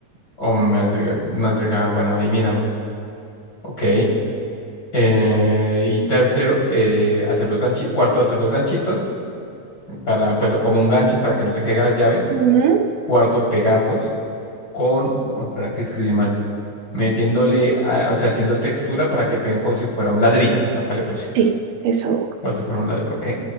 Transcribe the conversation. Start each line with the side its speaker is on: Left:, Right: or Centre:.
Left: O madrigal, madrigal, bueno, ahí miramos. Ok. Eh, y tercero, eh, hacer los ganchi. Cuarto, hacer los ganchitos. Para, pues, como un gancho para que no se caiga la llave.
Right: Ujú,
Left: Cuarto, pegarlos con. oh, espera que escribí mal. Metiéndole, a- o sea, haciendo textura para que peguen como si fuera un ladrillo. Acá le puse.
Right: Sí, eso,
Left: Como si fuera un ladrillo, ok.